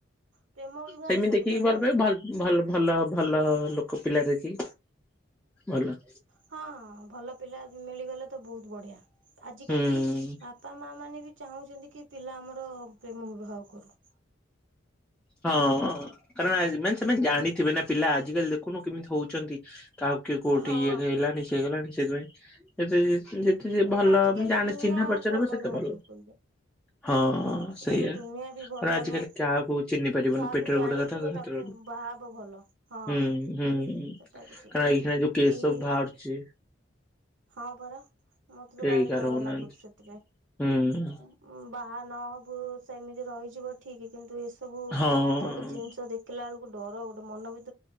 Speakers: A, on the right; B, in the centre.
A: ପ୍ରେମ ବିବାହ
B: ସେମିତି
A: ସବୁଠାରୁ
B: ଦେଖିକି ଭଲ ପାଇବୁ। ଭଲ୍ ଭଲ୍ ଭଲ-ଅ ଭଲ ଲୋକ ପିଲା ଦେଖି, ଭଲ।
A: ହଁ ଭଲ ପିଲା ମିଳିଗଲେ ତ ବହୁତ ବଢ଼ିଆ। ଆଜିକାଲି
B: ହୁଁ।
A: ବାପା ମା ମାନେ ବି ଚାହୁଁଛନ୍ତି କି ପିଲା ଆମର ପ୍ରେମ ବିବାହ କରୁ।
B: ହଁ, କାରଣ ମାନେ ସେମାନେ ଜାଣିଥିବେ ନା, ପିଲା ଆଜିକାଲି ଦେଖୁନୁ କେମିତି ହଉଛନ୍ତି। କାହାକୁ କିଏ କୋଉଠି!
A: ହଁ
B: ଇଏ ହେଲାଣି, ସିଏ ହେଇଗଲାଣି ସେଥିପାଇଁ ଏତେ ଇଏ। ଯେତେ ଯିଏ
A: ଏବେ
B: ଭଲ
A: ଆଜିକାଲି
B: ଜାଣେ,
A: ଦୁନିଆ
B: ଚିହ୍ନା ପରିଚୟ ରହିବ ସେତେ
A: ନୁହଁ
B: ଭଲ।
A: ବିଲକୁଲ ବି।
B: ହଁ,
A: ଆଜିକାଲି
B: ସେଇଆ।
A: ଦୁନିଆ ବି ଭଲ
B: ଆଜିିକାଲି
A: ନୁହଁ।
B: କାହା କହୁ ଚିହ୍ନି ପାରିବୁନୁ।
A: ଯାହାକୁ
B: ପେଟର
A: ଜାଣିଥିବ
B: ଗୋଟେ କଥା ହାତର
A: ତାକୁ
B: ଗୋଟେ।
A: ବାହା ହବ ଭଲ। ହଁ
B: ହୁଁ, ହୁଁ
A: ସେଟା ବି ଠିକ
B: କାର
A: କଥା।
B: ଏଇଖିଣା ଯଉ କେସ
A: କେହି
B: ସବୁ ବାହାରୁଛି?
A: ହଁ, ପରା ମତେ
B: କେହି
A: ତ ଭାରି
B: କାହାର
A: ଡର
B: ହଉନାହାନ୍ତି।
A: ଲାଗୁଛି ସେଥିପାଇଁ।
B: ହୁଁ
A: ଉଁ ବାହା ନହବୁ ସେମିତି ରହିଯିବ। ଠିକ୍ କିନ୍ତୁ ଏସ୍ ସବୁ
B: ହଁ
A: ସବୁ ଜିନିଷ ଦେଖିଲା ବେଳକୁ ଡର, ଗୋଟେ ମନ ଭି